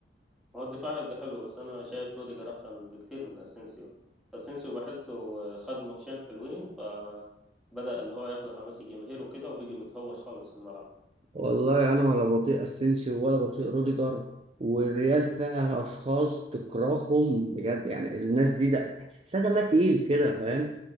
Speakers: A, in the centre; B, on the right.
A: هو الدفاع هيبقى حلو بس انا شايف روديجر احسن بكتير من اسينسيو اسينسيو بحسه خد ماتشين حلوين فبدأ اللي هو ياخد حماس الجماهير وكده وبيجي متهور خالص في الملعب
B: والله انا ولا بطيء اسينسيو ولا بطيء روديجر والريال فيها اشخاص تكرههم بجد يعني الناس دي ده تحسها دمها تقيل كده فاهم